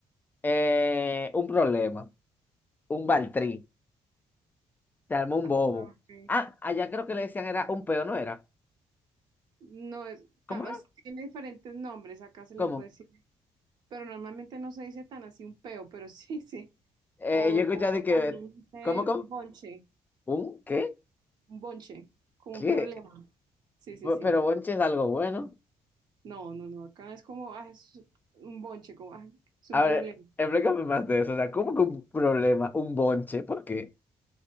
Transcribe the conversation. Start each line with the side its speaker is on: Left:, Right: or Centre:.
Left: Eh, un problema. Un baltrí. Se armó un bobo.
Right: Ah, ok.
Left: Ah, allá creo que le decían era un peo, ¿no era?
Right: No, es,
Left: ¿Cómo
Right: ta-
Left: era?
Right: es- tiene diferentes nombres, acá se
Left: ¿Cómo?
Right: le puede decir, pero normalmente no se dice tan así un peo, pero <laughs> sí, sí.
Left: Eh,
Right: O,
Left: yo he escuchado de
Right: o
Left: que.
Right: también dicen
Left: ¿Cómo, cómo?
Right: un bonche,
Left: ¿Un qué?
Right: un bonche, como
Left: ¿Qué?
Right: un problema. Sí, sí,
Left: Bu-
Right: sí.
Left: Pero bonche es algo bueno.
Right: No, no, no, acá es como, ah, es un bonche, como, ah, es un
Left: A
Right: problema.
Left: ver, explícame más de eso. O sea, ¿cómo que un problema? Un bonche. ¿Por qué?